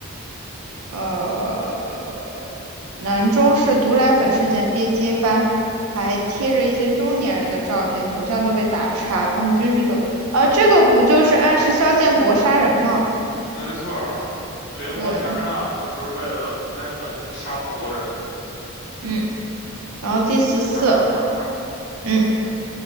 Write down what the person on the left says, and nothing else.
没错儿，连环杀人案嘛，
就是为了毒奶粉杀了好多人，
咔咔咔咔咔。